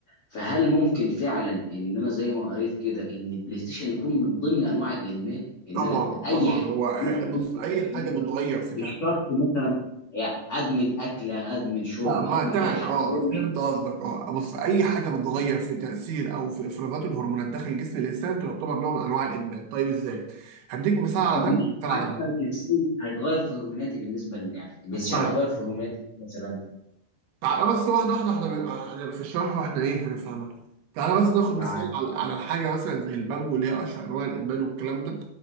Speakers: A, on the left (about 40°); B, on the right (about 65°).
A: فهل ممكن فعلا ان انا زي ما قريت كده ان البلاي ستيشن يكون من ضمن انواع الادمان ان
B: طبعا
A: انا
B: طبعا
A: اي حاجه
B: هو آه،
A: مثلا
B: بص
A: ممكن
B: أي
A: أدمن
B: حاجة
A: منها؟
B: بتغير في
A: مش شرط مثلا يعني ادمن اكله ادمن شرب
B: لا ما
A: ادمن
B: تمام
A: حاجه حتى
B: اه
A: لو مش
B: فهمت قصدك اه بص اي حاجه بتتغير في تاثير او في افرازات الهرمونات داخل جسم الانسان تعتبر نوع من انواع الادمان طيب ازاي هديك مثال على
A: طب مش
B: ده مثال
A: معرفة
B: على ده
A: ازاي هيتغير في هرموناتي بالنسبه ل- يعني البلاي ستيشن
B: طيب.
A: هيغير في هرموناتي مثلا
B: تعالى بس واحده واحده احنا بن- احنا في الشرح واحنا ايه هنفهمها تعالى بس ناخد
A: مع
B: مثال على على الحاجه مثلا زي البانجو اللي هي اشهر انواع الادمان والكلام ده